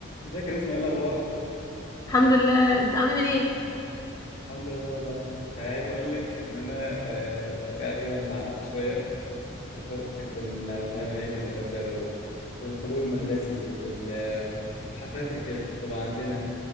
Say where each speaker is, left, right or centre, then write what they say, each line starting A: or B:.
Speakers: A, on the left (about 80°); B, on the left (about 15°).
A: ازيك يا نسمة ايه الاخبار
B: الحمد لله انت عامل ايه
A: الحمد لله والله كنت عايز اقول لك ان انا آه كنت قاعد كده مع نفسي شويه افتكرت كنا بنعمل ايه في المدرسه و... والطابور المدرسي وال... والحفلات اللي كانت بتبقى عندنا